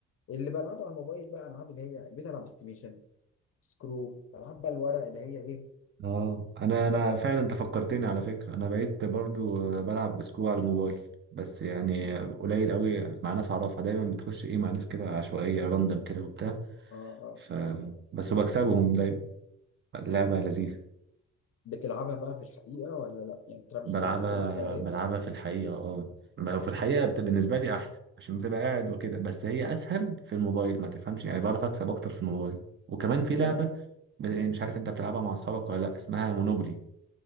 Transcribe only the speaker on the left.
اللي بلعبه على الموبايل بقى العاب اللي هي بقيت العب استيميشن سكرو العاب بقى الورق اللي هي ايه
طيب.
اه آه.
بتلعبها بقى في الحقيقة ولا لأ يعني بتلعب
سكرو سكرو الحقيقية
لا
مم.